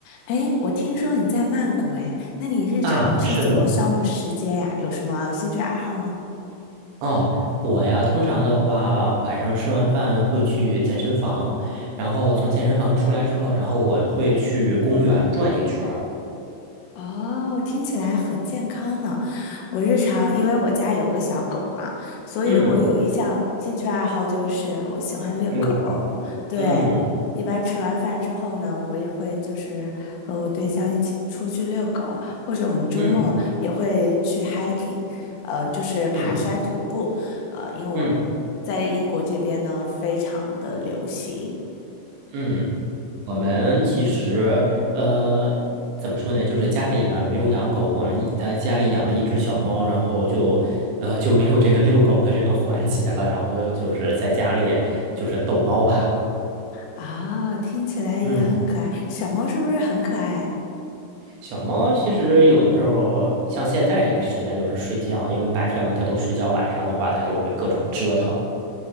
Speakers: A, on the left (about 80°); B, on the right (about 70°).
A: 哎，我听说你在曼谷，哎，那你日常是怎么消磨时间呀？
B: 啊，是的，
A: 有什么兴趣爱好吗？
B: 哦，我呀，通常的话，晚上吃完饭会去健身房，然后从健身房出来之后，然后我会去公园转一圈儿，
A: 哦，听起来很健康呢。我日常因为我家有个小狗嘛，所以我有一项兴趣爱好就是我喜欢遛狗。
B: 嗯，遛狗，
A: 对，
B: 嗯
A: 一般吃完饭之后呢，我也会就是和我对象一起出去遛狗，或者我们周末也会去
B: 嗯
A: hiking，呃，就是爬山徒步。
B: 嗯
A: 呃，因为我
B: 嗯
A: 在英国这边呢，非常的流行
B: 嗯，我们其实呃，怎么说呢，就是家里呢没有养狗，我们在家里养了一只小猫，然后就呃就没有这个遛狗的这个环节了，然后就是在家里就是逗猫吧，
A: 啊，听起来也很可爱。
B: 嗯。
A: 小猫是不是很可爱啊？
B: 小猫其实有的时候，像现在这个时间就是睡觉，因为白天嘛它都睡觉，晚上的话它就会各种折腾。